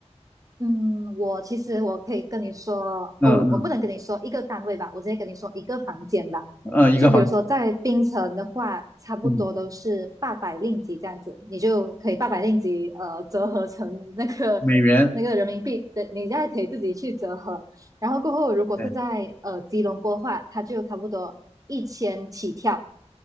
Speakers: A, on the right; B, on the left.
A: 嗯，我其实我可以跟你说，
B: 嗯嗯
A: 哦，我我不能跟你说一个单位吧，我直接跟你说一个房间吧。
B: 嗯，一个房，
A: 就比如说在槟城的话，差不多都是八百令吉这样子，
B: 嗯，
A: 你就可以八百令吉，呃，折合成那个那个人民币的，
B: 美元，
A: 你再可以自己去折合。然后过后，如果是在呃吉隆坡的话，
B: 对，
A: 它就差不多一千起跳